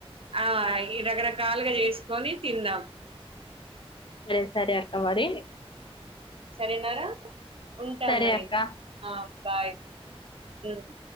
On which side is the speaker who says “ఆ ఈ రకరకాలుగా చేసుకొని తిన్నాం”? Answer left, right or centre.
Right